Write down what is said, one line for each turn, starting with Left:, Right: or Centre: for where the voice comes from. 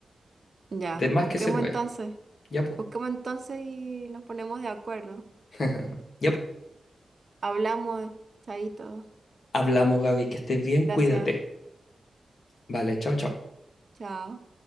Right: Ya,
Left: De más
Right: busquemos
Left: que se puede.
Right: entonces.
Left: Ya, pues.
Right: Busquemos entonces y nos ponemos de acuerdo.
Left: <laughs> Ya, pues.
Right: Hablamos, chaito.
Left: Hablamos, Gaby, que estés bien,
Right: Gracias,
Left: cuídate. Vale, chao, chao.
Right: chao.